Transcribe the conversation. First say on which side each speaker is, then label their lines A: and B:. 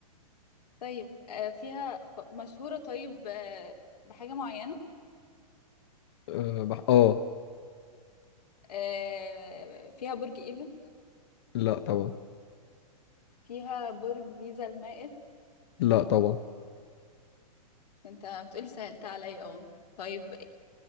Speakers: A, on the left; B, on the left.
A: طيب آه، فيها خ... مشهورة طيب آه، بحاجة معينة
B: اه بح... اه
A: آه، فيها برج ايفل
B: لا طبعا
A: فيها برج بيزا المائل
B: لا طبعا
A: ده انت بتقولي سهلت عليا اه طيب